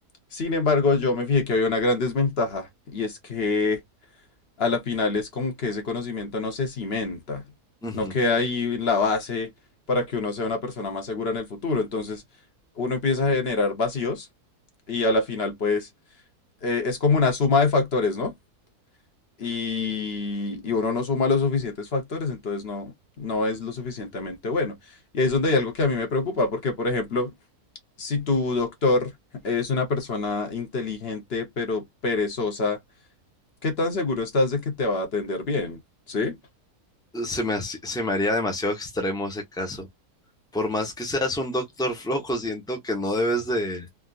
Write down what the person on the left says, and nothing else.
Sin embargo, yo me fijé que había una gran desventaja y es que a la final es como que ese conocimiento no se cimenta,
no queda ahí la base para que uno sea una persona más segura en el futuro. Entonces, uno empieza a generar vacíos y a la final, pues, eh, es como una suma de factores, ¿no? Y, y uno no suma los suficientes factores, entonces no, no es lo suficientemente bueno. Y ahí es donde hay algo que a mí me preocupa, porque, por ejemplo, si tu doctor es una persona inteligente pero perezosa, ¿qué tan seguro estás de que te va a atender bien? ¿Sí?